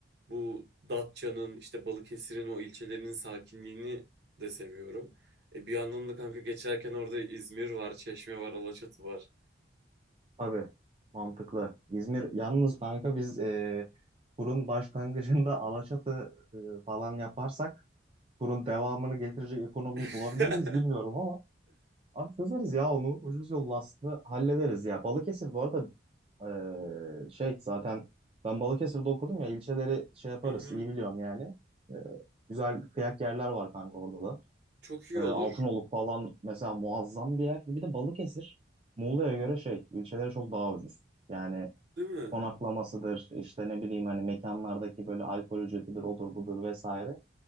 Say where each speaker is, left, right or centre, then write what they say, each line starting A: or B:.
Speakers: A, on the right; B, on the right.
A: Bu Datça'nın işte Balıkesir'in o ilçelerinin sakinliğini de seviyorum. E, bir yandan da kanka geçerken orada İzmir var, Çeşme var, Alaçatı var.
B: Tabii. Mantıklı. İzmir yalnız kanka biz e, kurun başlangıcında Alaçatı e, falan yaparsak kurun devamını getirecek ekonomiyi
A: <laughs>
B: bulabilir miyiz bilmiyorum ama. Abi çözeriz ya onu. Ucuz yol Last'ı hallederiz ya. Balıkesir bu arada eee, şey zaten ben Balıkesir'de okudum ya ilçeleri şey yaparız
A: Hı hı.
B: iyi biliyorum yani. Eee, güzel kıyak yerler var kanka orada da.
A: Çok iyi
B: Eee,
A: olur.
B: Altınoluk falan mesela muazzam bir yer. Bir de Balıkesir Muğla'ya göre şey ilçeleri çok daha ucuz. Yani
A: Değil mi?
B: konaklamasıdır işte ne bileyim hani mekanlardaki böyle alkol ücretidir odur budur vesaire.